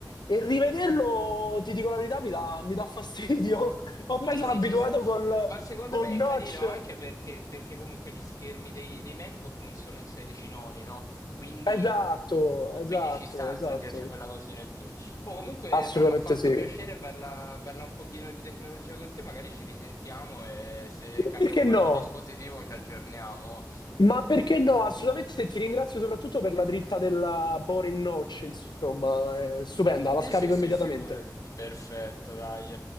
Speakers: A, on the left; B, on the left.
A: E rivederlo, ti dico la verità, mi dà, mi dà fastidio. <laughs> Ormai
B: Sì,
A: sono
B: sì,
A: abituato
B: ci sta.
A: col,
B: Ma secondo
A: col
B: me è
A: notch.
B: carino anche perché, perché comunque gli schermi dei, dei MacBook non sono in 16 noni, no? Quindi,
A: Esatto,
B: quindi
A: esatto,
B: ci sta aggiungerci
A: esatto.
B: quella cosina in più. O comunque,
A: Assolutamente
B: Fra, mi ha fatto
A: sì.
B: piacere parla, parla un pochino di tecnologia con te, magari ci risentiamo e se cambiamo
A: Perché
B: qualche
A: no?
B: dispositivo ci aggiorniamo.
A: Ma perché no? Assolutamente ti ringrazio soprattutto per la dritta della Boring Notch, insomma, è stupenda, la
B: Sì,
A: scarico
B: sì, sì,
A: immediatamente.
B: figurati. Perfetto, dai.